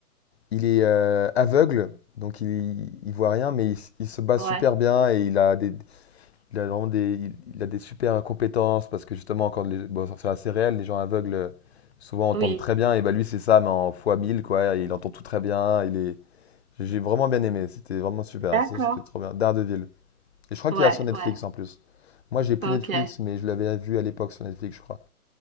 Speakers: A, on the left; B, on the right.
A: il est euh, aveugle, donc il, il voit rien, mais il, s- il se bat
B: Ouais.
A: super bien, et il a des, il a vraiment des, il, il a des super compétences, parce que justement, quand les, bon, c'est assez réel, les gens aveugles, euh, souvent, entendent
B: Oui.
A: très bien, et bah lui, c'est ça, mais en fois 1000 quoi, il entend tout très bien, il est... J'ai vraiment bien aimé, c'était vraiment super,
B: D'accord.
A: ça, c'était trop bien. Daredevil. Et je crois
B: Ouais,
A: qu'il y a sur Netflix
B: ouais.
A: en plus. Moi, j'ai plus
B: Ok.
A: Netflix, mais je l'avais vu à l'époque sur Netflix, je crois.